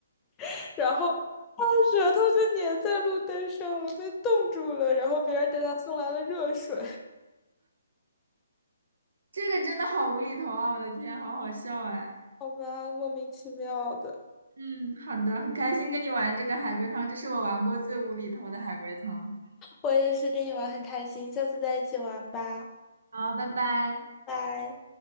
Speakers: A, on the left; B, on the right.
A: <laughs> 然后他的舌头就粘在路灯上了，被冻住了，然后别人给他送来了热水，
B: 这个真的好无厘头啊！我的天，好好笑哎。
A: 好吧，莫名其妙的。
B: 嗯，好的，很开心跟你玩这个海龟汤，这是我玩过最无厘头的海龟汤。
A: 我也是跟你玩很开心，下次再一起玩吧，
B: 好，拜拜。
A: 拜。